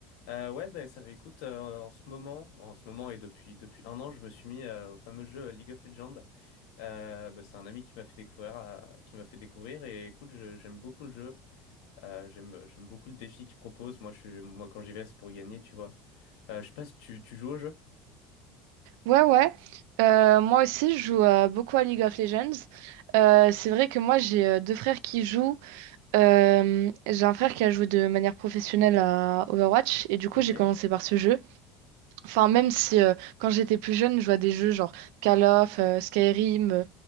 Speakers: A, on the left; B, on the right.
A: Euh, ouais bah ça fait écoute euh, en ce moment, en ce moment et depuis depuis un an je me suis mis euh, au fameux jeu euh, League of Legends. Euh, bah, c'est un ami qui m'a fait découvrir, euh, qui m'a fait découvrir et écoute je- j'aime beaucoup le jeu, Euh, j'aime j'aime beaucoup le défi qu'il propose. Moi je suis moi quand j'y vais c'est pour gagner tu vois. Euh, je sais pas si tu tu joues au jeu.
B: Ouais, ouais. Euh, moi aussi, je joue euh, beaucoup à League of Legends. Euh, c'est vrai que moi, j'ai euh, deux frères qui jouent. Euh, j'ai un frère qui a joué de manière professionnelle à Overwatch. Et du coup,
A: Ok.
B: j'ai commencé par ce jeu. Enfin, même si euh, quand j'étais plus jeune, je vois des jeux genre Call of, euh, Skyrim, euh,